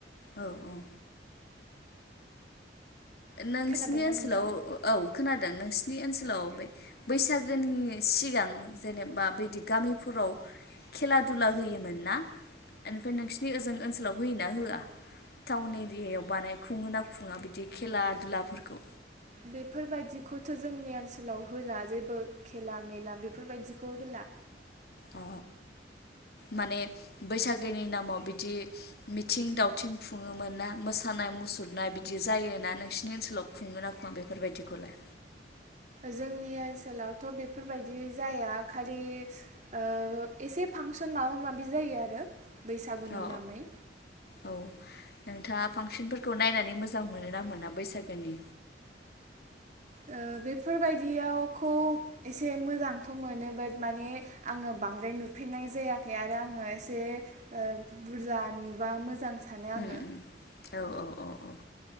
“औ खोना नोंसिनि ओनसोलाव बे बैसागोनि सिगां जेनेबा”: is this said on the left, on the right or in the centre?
Left